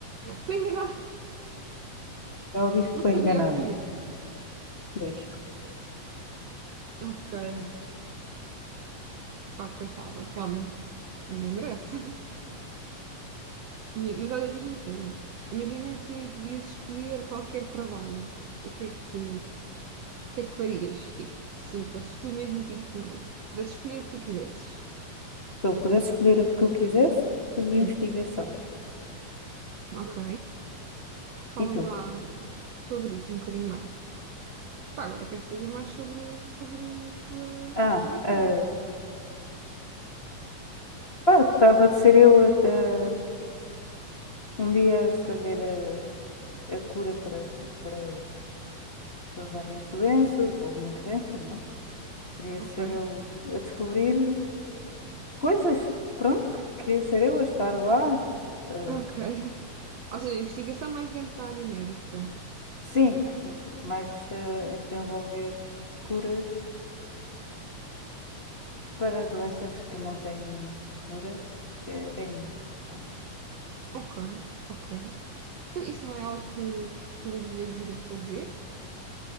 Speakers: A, on the right; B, on the left.
A: Foi enganada,
B: Ela diz que
A: não sabia
B: foi enganada.
A: o que ia.
B: Diz.
A: Ok,
B: Se
A: pá, coitada, realmente. Ninguém merece. E- mas olha, diz-me uma cena. Imagina que podias escolher qualquer trabalho. O que é que. O que é que farias? Tipo, se fosses tu mesmo, tipo, num- se pudesses escolher o que tu quisesses.
B: eu pudesse escolher o que eu quisesse, escolhi
A: Hum,
B: investigação.
A: ok. Fala-me
B: E tu?
A: lá sobre isso um bocadinho mais. Pá, agora quero saber mais sobre, sobre a tua,
B: Ah,
A: a tua ideia.
B: ah, pá, gostava de ser eu a- a- um dia a saber a, a cura para, para, para várias doenças, ou uma doença, não é? Queria
A: Ok,
B: ser eu a descobrir coisas. Pronto, que- queria ser eu a estar lá. ah,
A: ok. <laughs> Ou seja, investigação mais dentro da área médica.
B: sim, sim, mas ah, a desenvolver curas para doenças que não têm cura, eh, ainda. Pá.
A: Ok, ok. Então, isso não é algo que, que poderias vir a fazer